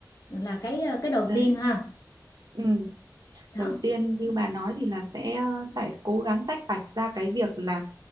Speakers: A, on the left; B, on the right.
A: là cái ờ, cái đầu
B: đấy
A: tiên ha
B: ừ.
A: đó
B: đầu tiên như bà nói thì là sẽ ờ, phải cố gắng tách bạch ra cái việc là